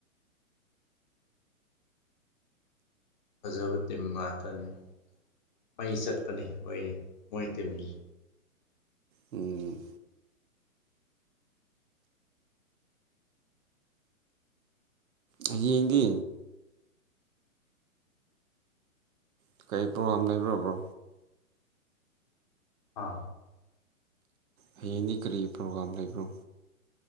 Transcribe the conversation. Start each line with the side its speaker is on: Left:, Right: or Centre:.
Left: ꯐꯖꯕ ꯇꯤꯝ ꯉꯥꯛꯇꯅꯦ ꯃꯩ ꯆꯠꯄꯅꯦ ꯃꯣꯏꯗꯤ ꯃꯣꯏ ꯇꯤꯝꯁꯤ
Right: ꯎꯝ ꯍꯌꯦꯡꯗꯤ ꯎꯝ ꯀꯔꯤ ꯄ꯭ꯔꯣꯒꯥꯔꯝ ꯂꯩꯕ꯭ꯔꯣ ꯕ꯭ꯔꯣ
Left: ꯑꯥ
Right: ꯍꯌꯦꯡꯗꯤ ꯀꯔꯤ ꯄ꯭ꯔꯣꯒꯥꯔꯝ ꯂꯩꯕ꯭ꯔꯣ